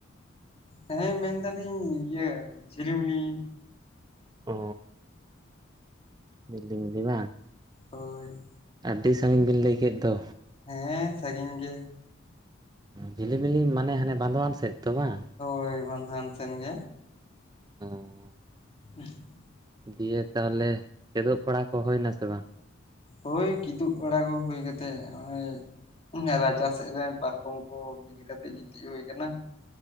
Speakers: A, on the left; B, on the right.
A: ᱦᱮᱸ ᱢᱮᱱ ᱫᱟᱞᱤᱧ ᱤᱭᱟᱹ ᱡᱷᱤᱞᱤᱢᱤᱞᱤ᱾
B: ᱚ ᱡᱷᱤᱞᱤᱢᱤᱞᱤ ᱵᱟᱝ?
A: ᱦᱳᱭ᱾
B: ᱟᱹᱰᱤ ᱥᱟᱺᱜᱤᱧ ᱵᱤᱱ ᱞᱟᱹᱭ ᱠᱮᱫ ᱫᱚ?
A: ᱦᱮᱸ ᱥᱟᱺᱜᱤᱧ ᱜᱮ᱾
B: ᱡᱷᱤᱞᱤᱢᱤᱞᱤ ᱢᱟᱱᱮ ᱦᱟᱱᱮ ᱵᱟᱸᱫᱣᱟᱱ ᱥᱮᱫ ᱛᱚ ᱵᱟᱝ?
A: ᱦᱳᱭ ᱵᱟᱹᱫᱷᱣᱟᱱ ᱥᱮᱱ ᱜᱮ᱾
B: ᱚᱸ᱾
A: <unintelligible>
B: ᱫᱤᱭᱮ ᱛᱟᱦᱚᱞᱮ ᱠᱮᱫᱚᱜ ᱯᱟᱲᱟ ᱠᱚ ᱦᱩᱭ ᱱᱟ ᱥᱮ ᱵᱟᱝ?
A: ᱦᱳᱭ ᱠᱤᱫᱩᱵ ᱵᱟᱲᱟ ᱠᱚ ᱦᱩᱭ ᱠᱟᱛᱮᱫ ᱱᱚᱜᱼᱚᱭ ᱨᱟᱪᱟ ᱥᱮᱫ ᱨᱮ ᱯᱟᱨᱠᱚᱢ ᱠᱚ ᱵᱤᱞ ᱠᱟᱛᱮᱫ ᱜᱤᱛᱤᱡ ᱦᱩᱭ ᱟᱠᱟᱱᱟ᱾